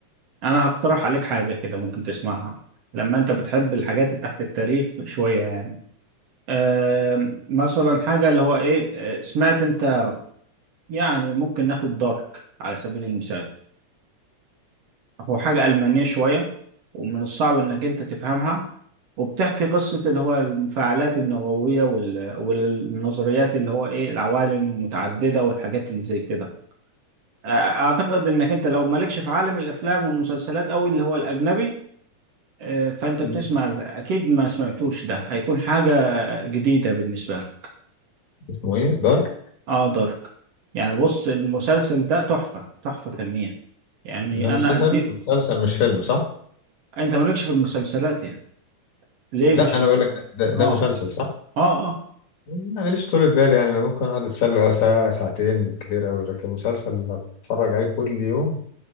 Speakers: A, on the right (about 60°); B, on the left (about 65°).
A: آه، انا هقترح عليك حاجه كده ممكن تسمعها لما انت بتحب الحاجات اللي تحت التاريخ شويه يعني آه مثلا حاجه اللي هو ايه آه، سمعت انت يعني ممكن ناخد دارك على سبيل المثال هو حاجه المانيه شويه ومن الصعب انك انت تفهمها وبتحكي قصه اللي هو المفاعلات النوويه وال... والنظريات اللي هو ايه العوالم المتعدده والحاجات اللي زي كده آه، اعتقد انك انت لو مالكش في عالم الافلام والمسلسلات او اللي هو الاجنبي آه، فانت
B: مم.
A: بتسمع ال- اكيد ما سمعتوش ده هيكون حاجة جديدة بالنسبة لك
B: اسمه ايه دارك
A: اه دارك يعني بص المسلسل ده تحفة تحفة فنية يعني
B: ده مسلسل
A: انا اديله
B: مسلسل مش فيلم صح
A: انت مالكش في المسلسلات يعني ليه
B: لا
A: مش
B: انا بقول لك ده, ده, ده
A: اه
B: مسلسل صح
A: اه اه
B: ماليش طولة بالي يعني انا ممكن اقعد اتسلى ساعة ساعتين كتير قوي لكن مسلسل اتفرج عليه كل يوم